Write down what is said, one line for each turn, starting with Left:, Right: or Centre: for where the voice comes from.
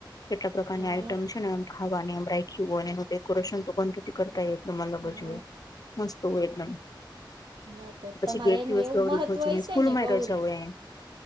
Left: કેટલા પ્રકારની
Right: હં
Left: આઈટમ છે ને એમ ખાવા એમ રાખ અને એ ડેકોરેશન તો કરતાય એટલે મલગજ
Right: હં
Left: હોય મસ્ત હોય એટલે-
Right: હં તો
Left: પછી
Right: તમારે
Left: એક
Right: એનું
Left: દિવસ
Right: એવું
Left: ગરી
Right: મહત્ત્વ હશે
Left: સ્કૂલ
Right: ને
Left: માંય
Right: ગૌરી
Left: રહ્યો છે હ એ.